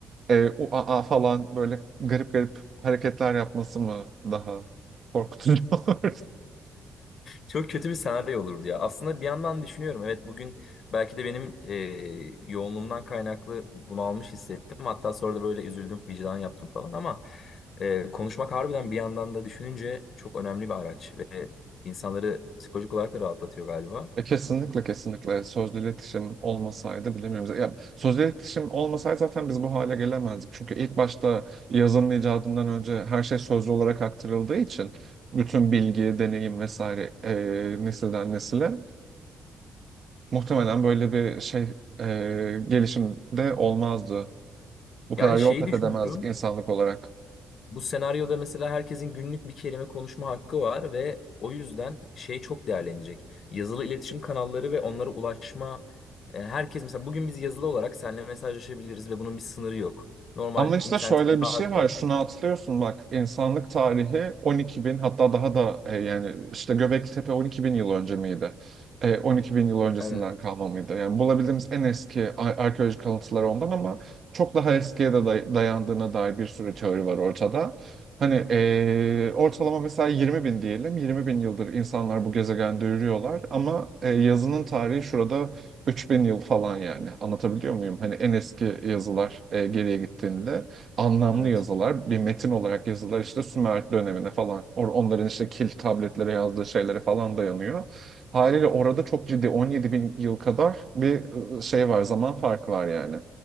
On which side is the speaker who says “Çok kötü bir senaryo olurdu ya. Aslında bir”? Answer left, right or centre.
Left